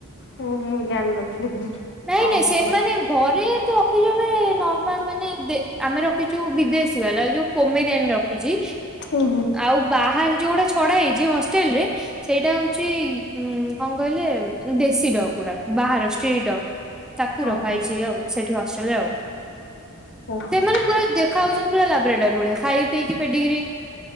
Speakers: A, on the left (about 55°); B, in the centre.
A: ହ ମୁଁ ଜାଣିନଥିଲି।
B: ନାଇଁ
A: ଓହୋ
B: ନାଇଁ ସେମାନେ ଘରେ ତ ରଖିଯିବ ନର୍ମାଲ ମାନେ ନ ଆମେ ରଖିଛୁ ବିଦେଶୀ ବାଲା ଯୋଉ ପୋମେରିଆାନ ରଖିଛି
A: ଓହୋ
B: ଆଉ ବାହାରେ ଯୋଉଗୁଡା ଛଡା ହେଇଛି ହଷ୍ଟେଲ ରେ ସେଇଟା ହଉଛି ଉ କଣ କହିଲେ ଦେଶୀ ଡ ଗୁଡା ବାହାର ସ୍ତ୍ରୀ ଡ ତାକୁ
A: ଓହୋ
B: ରଖା ହେଇଛି ଆଉ ସେଇଠି ହଷ୍ଟେଲରେ ଆଉ
A: ଓହୋ।
B: ସେମାନେ ପୁରା ଦେଖା ହଉ ପୁରା ଲାବୋରେଟରୀ ଭଳିଆ ଖାଇ ପିଇକି ପିଟିକରି